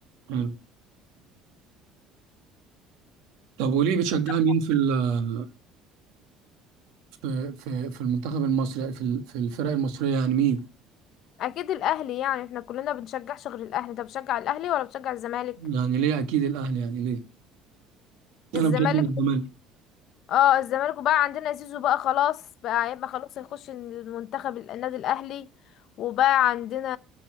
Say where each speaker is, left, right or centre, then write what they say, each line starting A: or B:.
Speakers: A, on the right; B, on the left.
A: حلو طب وليه بتشجع
B: انت-
A: مين في ال- في في في المنتخب المصري في ال- في الفرق المصرية يعني مين
B: اكيد الاهلي يعني احنا كلنا بنشجعش غير الاهلي انت بتشجع الاهلي ولا بتشجع الزمالك
A: يعني ليه اكيد الاهلي يعني ليه انا
B: الزمالك
A: بشجع الزمالك
B: اه الزمالك وبقى عندنا زيزو بقى خلاص بقى هيبقى خلاص هيخش المنتخب ال- النادي الاهلي وبقى عندنا